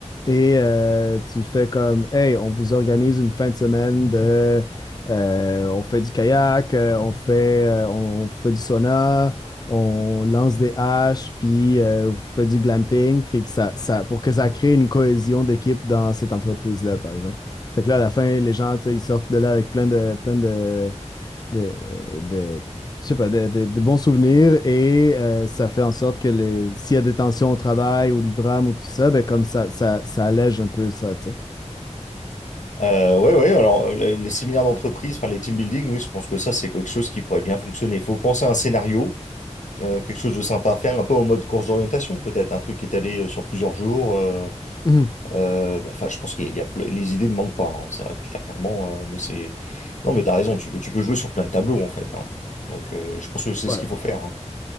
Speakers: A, on the left; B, on the left.
A: Et euh, tu fais comme, hey, on vous organise une fin de semaine de, euh, on fait du kayak, euh, on fait, euh, on fait du sauna, on lance des haches, puis euh, on fait du glamping, puis que ça, ça, pour que ça crée une cohésion d'équipe dans cette entreprise-là, par exemple. Fait que là, à la fin, les gens, tu sais, ils sortent de là avec plein de, plein de, de, de- je sais pas, de, de- de bons souvenirs et euh, ça fait en sorte que les, s'il y a des tensions au travail ou du drame ou tout ça, ben comme ça, ça, ça allège un peu ça, tu sais.
B: Euh, ouais, ouais, alors euh, les, les séminaires d'entreprise, enfin les team building, oui, je pense que ça, c'est quelque chose qui pourrait bien fonctionner. Il faut penser à un scénario. Euh, quelque chose de sympa à faire, un peu en mode course d'orientation peut-être, un truc qui est allé euh, sur plusieurs jours. euh,
A: Mhm.
B: euh, bon, enfin, je pense qu'il y a, il y a ple- les idées ne manquent pas, hein, ça clairement. euh, mais c'est non, mais t'as raison, tu peux, tu peux jouer sur plein de tableaux en fait. hein. Donc, euh, je pense que c'est
A: Ouais,
B: ce qu'il faut faire. hein.